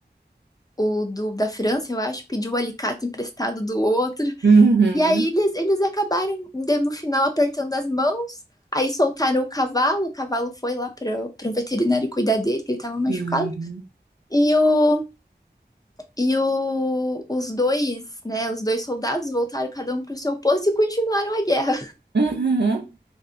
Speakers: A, on the left; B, on the right.
A: o do, da França, eu acho, pediu o alicate emprestado do outro.
B: Uhum.
A: E aí eles, eles acabaram, no final, apertando as mãos. Aí soltaram o cavalo, o cavalo foi lá para um veterinário cuidar dele, que ele estava machucado.
B: Sim.
A: E, o, e o, os dois, né, os dois soldados voltaram cada um para o seu posto e continuaram a guerra.
B: Uhum.